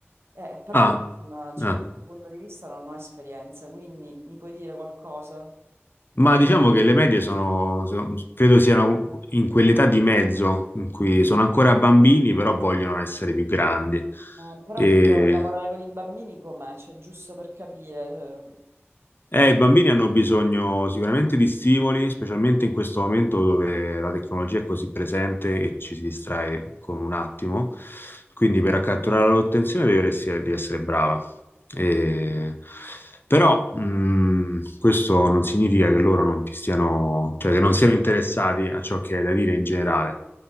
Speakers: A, on the right; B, on the left.
A: Eh, però
B: Ah,
A: mm, cioè,
B: ah.
A: da questo punto di vista non ho esperienza, quindi mi puoi dire qualcosa?
B: Ma diciamo che le medie sono, sono- credo siano in quell'età di mezzo in cui sono ancora bambini, però vogliono essere più grandi.
A: Eh, però
B: E
A: dico, lavorare con i bambini com'è? Cioè, giusto per capire. eh,
B: Eh,
A: cap-
B: i bambini hanno bisogno sicuramente di stimoli, specialmente in questo momento dove la tecnologia è così presente e ci si distrae con un attimo. Quindi per catturare l'attenzione devi resti- devi essere brava.
A: Mm.
B: E- Però mh, questo non significa che loro non ti stiano, cioè che non siano interessati a ciò che hai da dire in generale.